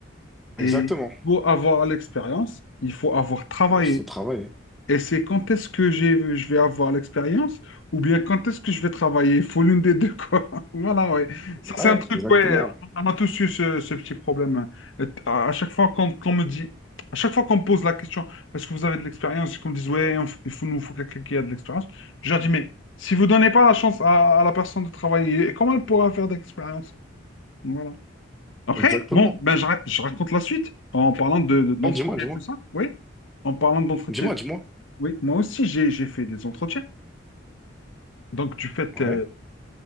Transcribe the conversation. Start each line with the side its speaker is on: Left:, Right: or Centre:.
Left: Et
Centre: Exactement.
Left: pour avoir l'expérience, il faut avoir travaillé.
Centre: Bah, il faut travailler.
Left: Et c'est quand est-ce que j'ai, je vais avoir l'expérience ou bien quand est-ce que je vais travailler? Il faut l'une des deux, quoi. <laughs> Voilà, ouais. Ça, c'est
Centre: Ouais,
Left: un truc,
Centre: exactement.
Left: ouais. On a tous eu ce, ce petit problème. Et À à chaque fois qu'on qu'on me dit, à chaque fois qu'on me pose la question, est-ce que vous avez de l'expérience? Et qu'on me dise, ouais, on f- il faut, nous faut quelqu'un qui a de l'expérience. Je leur dis, mais si vous donnez pas la chance à, à la personne de travailler, comment elle pourra faire d'expérience? Voilà. Après,
Centre: Exactement.
Left: bon, ben, je, ra- je raconte la suite en parlant de, de- d'entretien
Centre: Ouais, dis-moi, dis-moi.
Left: et tout ça. Oui, en parlant d'entretien.
Centre: Dis-moi, dis-moi.
Left: Oui, moi aussi, j'ai, j'ai fait des entretiens. Donc, tu fais.
Centre: Ouais.
Left: euh,